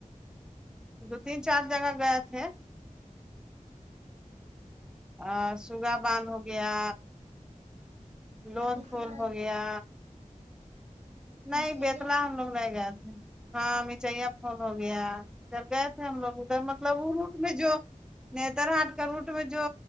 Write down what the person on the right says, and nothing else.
اتلا
نی
چاہیے